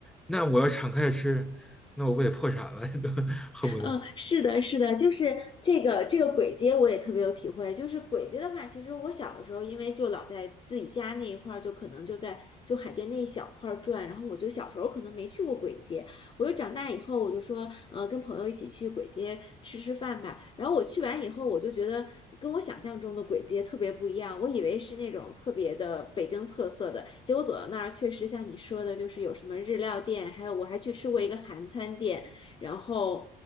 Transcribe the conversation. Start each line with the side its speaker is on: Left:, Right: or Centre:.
Centre: 那我要敞开吃，那我不得破产了，<laughs> 都恨不得。
Left: 嗯，是的，是的，就是这个这个鬼街我也特别有体会。就是鬼街的话，其实我小的时候，因为就老在自己家那一块儿，就可能就在就海淀那一小块儿转，然后我就小时候可能没去过鬼街。我就长大以后，我就说，呃，跟朋友一起去鬼街吃吃饭吧。然后我去完以后，我就觉得跟我想象中的鬼街特别不一样。我以为是那种特别的北京特色的，结果走到那儿，确实像你说的，就是有什么日料店，还有我还去吃过一个韩餐店，然后。